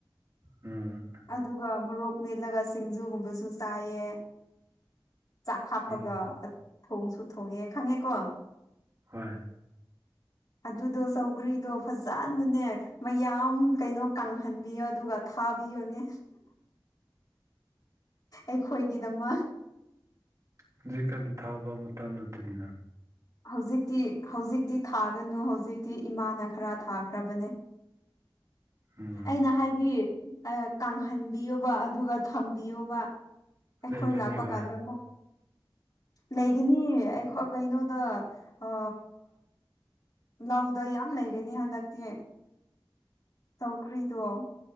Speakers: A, on the right (about 40°); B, on the left (about 45°).
A: ꯎꯝ
B: ꯑꯗꯨꯒ ꯃꯣꯔꯣꯛ ꯃꯦꯠꯂꯒ ꯁꯤꯡꯖꯨꯒꯨꯝꯕꯁꯨ ꯆꯥꯏꯌꯦ ꯆꯥꯛ ꯍꯥꯞꯄꯒ
A: ꯎꯝ
B: ꯊꯣꯡꯁꯨ ꯊꯣꯡꯉꯦ ꯈꯪꯉꯦꯀꯣ
A: ꯍꯣꯏ
B: ꯑꯗꯨꯗꯣ ꯁꯧꯒ꯭ꯔꯤ ꯑꯗꯣ ꯐꯖꯅꯅꯦ ꯃꯌꯥꯝ ꯀꯩꯅꯣ ꯀꯪꯍꯟꯕꯤꯌꯣ ꯑꯗꯨꯒ ꯊꯥꯕꯤꯌꯣꯅꯦ ꯑꯩꯈꯣꯏꯒꯤꯗꯃꯛ
A: ꯍꯧꯖꯤꯛ ꯀꯅꯤ ꯊꯥꯕ ꯃꯇꯝ ꯅꯠꯇꯗꯅ
B: ꯍꯧꯖꯤꯛꯇꯤ ꯍꯧꯖꯤꯛꯇꯤ ꯊꯥꯒꯅꯨ ꯍꯧꯖꯤꯛꯇꯤ ꯏꯃꯥꯅ ꯈꯔ ꯊꯥꯈ꯭ꯔꯕꯅꯦ
A: ꯎꯝ
B: ꯑꯩꯅ ꯍꯥꯏꯗꯤ ꯀꯪꯍꯟꯕꯤꯌꯣꯕ ꯑꯗꯨꯒ ꯊꯝꯕꯤꯌꯣꯕ ꯑꯩꯈꯣꯏ
A: ꯂꯩꯔꯗꯤ
B: ꯂꯥꯛꯄ
A: ꯍꯣꯏ
B: ꯀꯥꯟꯗ ꯑꯃꯨꯛ ꯂꯩꯒꯅꯤ ꯑꯩꯈꯣꯏ ꯀꯩꯅꯣꯗ ꯑ ꯂꯧꯗ ꯌꯥꯝ ꯂꯩꯒꯅꯤ ꯍꯟꯗꯛꯇꯤ ꯆꯧꯀ꯭ꯔꯤꯗꯣ